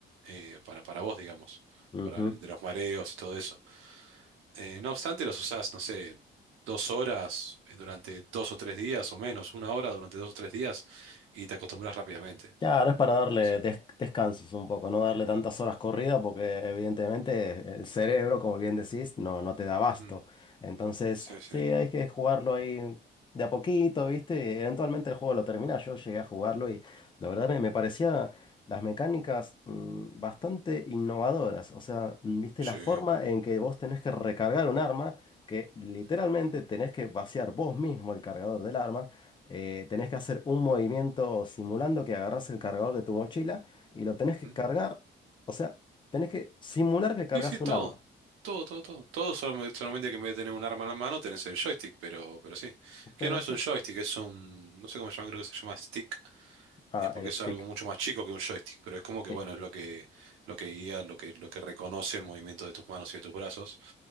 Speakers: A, on the right; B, on the left.
A: eh, para, para vos, digamos,
B: Ujú.
A: para el de los mareos y todo eso. Eh, no obstante, los usás, no sé, dos horas eh, durante dos o tres días o menos, una hora durante dos o tres días y te acostumbras rápidamente.
B: Claro, es para darle
A: Sí, sí.
B: des- descansos un poco, no darle tantas horas corridas porque evidentemente el cerebro, como bien decís, no, no te da abasto.
A: Mm,
B: Entonces,
A: sí, sí.
B: sí, hay que jugarlo ahí de a poquito, ¿viste? Eventualmente el juego lo termina. Yo llegué a jugarlo y la verdad me, me parecía las mecánicas mm, bastante innovadoras. O sea, mm, ¿viste?
A: Sí.
B: La forma en que vos tenés que recargar un arma, que literalmente
A: Ujú,
B: tenés que vaciar vos mismo el cargador del arma. eh, tenés que hacer un movimiento simulando que agarras el cargador de tu mochila y lo tenés que
A: ujú.
B: cargar. O sea, tenés que simular que cargas
A: Sí, sí, todo.
B: un arma.
A: Todo, todo, todo. Todo solamente, solamente que en vez de tener un arma en la mano tenés el joystick, pero, pero sí. Que
B: Pero
A: no es
B: sí.
A: un joystick, es un... No sé cómo se llama, creo que se llama stick,
B: Ah,
A: eh, porque
B: el
A: es
B: stick.
A: algo mucho más chico que un joystick, pero es como que,
B: Sí.
A: bueno, es lo que, lo que guía, lo que, lo que reconoce el movimiento de tus manos y de tus brazos.